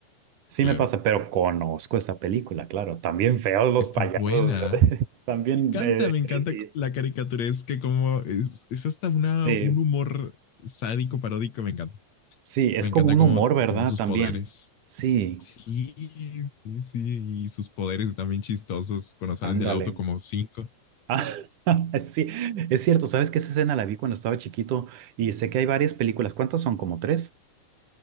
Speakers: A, on the right; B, on the left.
A: Sí
B: claro.
A: me pasa, pero conozco esa película, claro. También feos los
B: Está
A: payasos,
B: buena.
A: <laughs> están bien
B: encanta,
A: eh,
B: me encanta
A: creepy.
B: la caricaturesca, como es, es hasta una,
A: Sí,
B: un humor sádico, paródico, me encanta.
A: sí, es
B: Me
A: como
B: encanta
A: un
B: como,
A: humor, ¿verdad?
B: como sus
A: También.
B: poderes.
A: Sí,
B: Sí, sí, sí, y sus poderes también chistosos cuando salen
A: ándale.
B: del auto como cinco.
A: Ah, <laughs> sí, es cierto, ¿sabes que esa escena la vi cuando estaba chiquito y sé que hay varias películas. ¿Cuántas son? ¿Como tres?